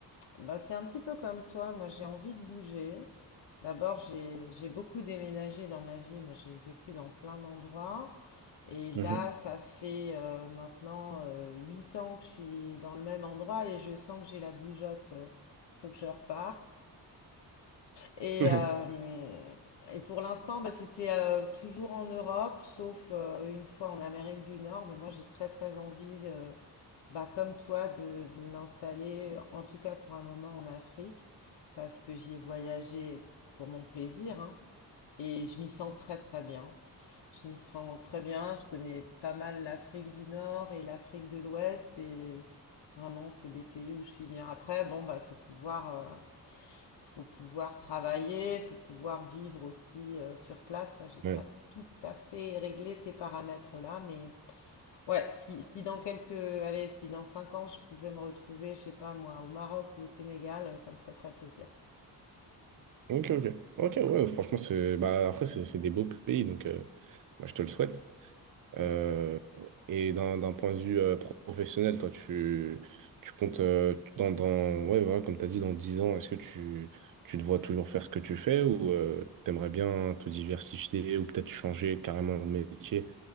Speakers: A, on the left; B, on the right.
A: bah, c'est un petit peu comme toi. Moi, j'ai envie de bouger. D'abord, j'ai j'ai beaucoup déménagé dans ma vie. Moi, j'ai vécu dans plein d'endroits. Et là,
B: Mhm.
A: ça fait euh, maintenant euh, huit ans que je suis dans le même endroit et je sens que j'ai la bougeotte. Il faut que je reparte. Et,
B: <laughs>
A: euh, et pour l'instant, bah, c'était euh, toujours en Europe, sauf euh, une fois en Amérique du Nord. Mais moi, j'ai très très envie, euh, bah, comme toi, de, de m'installer, en tout cas pour un moment, en Afrique, parce que j'y ai voyagé pour mon plaisir, hein, et je m'y sens très très bien. Je m'y sens très bien. Je connais pas mal l'Afrique du Nord et l'Afrique de l'Ouest. Et vraiment, c'est des pays où je suis bien. Après, bon, bah, faut pouvoir, euh, faut pouvoir travailler, faut pouvoir vivre aussi euh, sur place. Ça, j'ai
B: Ouais.
A: pas tout à fait réglé ces paramètres-là, mais ouais, si, si dans quelques, allez, si dans cinq ans, je pouvais me retrouver, je sais pas moi, au Maroc ou au Sénégal, ça me ferait très plaisir.
B: Ok, ok. Ok, ouais, franchement, c'est bah, après, c'est c'est des beaux pays, donc euh, bah, je te le souhaite. Euh,
A: Mm.
B: et d'un d'un point de vue euh, professionnel, toi, tu, tu comptes, euh, dans, dans, ouais, voilà, comme tu as dit, dans 10 ans, est-ce que tu, tu te vois toujours faire ce que tu fais ou euh, t'aimerais bien te diversifier ou peut-être changer carrément de métier?